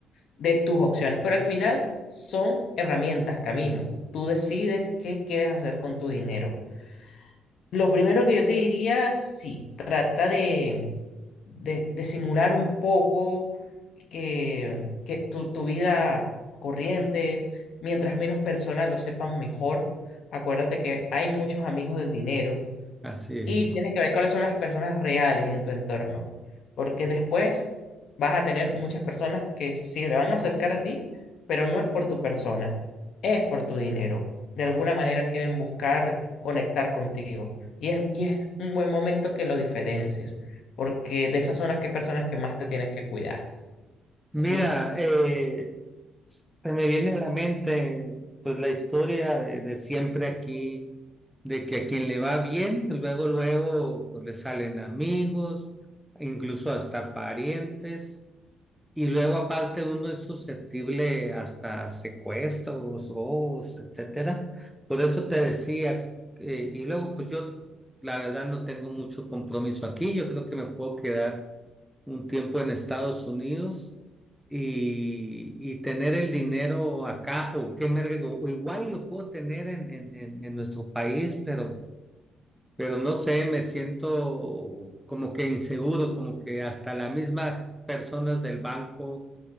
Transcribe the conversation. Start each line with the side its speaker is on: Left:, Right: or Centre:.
Left: de tus opciones, pero al final son herramientas, camino. Tú decides qué quieres hacer con tu dinero. Lo primero que yo te diría, sí, trata de, de, de simular un poco que, que tu, tu vida corriente, mientras menos personas lo sepan mejor. Acuérdate que hay muchos amigos del dinero
Centre: Así es.
Left: y tienes que ver cuáles son las personas reales en tu entorno, porque después vas a tener muchas personas que sí se van a acercar a ti, pero no es por tu persona, es por tu dinero. De alguna manera quieren buscar conectar contigo y es, y es un buen momento que lo diferencies, porque de esas son las que personas que más te tienes que cuidar, ¿sí?
Centre: Mira, eh, se me viene a la mente pues la historia de, de siempre aquí, de que a quien le va bien, luego, luego pues, le salen amigos, incluso hasta parientes, y luego aparte uno es susceptible hasta secuestros, robos, etcétera. Por eso te decía, eh, y luego pues yo la verdad no tengo mucho compromiso aquí, yo creo que me puedo quedar un tiempo en Estados Unidos y, y tener el dinero acá o qué me rego- o igual lo puedo tener en, en, en- en nuestro país, pero, pero no sé, me siento como que inseguro, como que hasta las mismas personas del banco